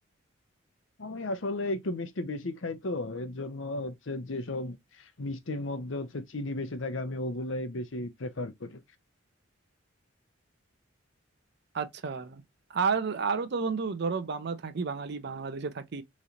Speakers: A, on the left; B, on the right.
A: আমি আসলে একটু মিষ্টি বেশি খাই তো এর জন্য হচ্ছে যেসব মিষ্টির মধ্যে হচ্ছে চিনি বেশি থাকে আমি ওগুলাই বেশি প্রেফার করি
B: আচ্ছা আর আরো তো বন্ধু ধরো আমরা থাকি বাঙালি বাংলাদেশে থাকি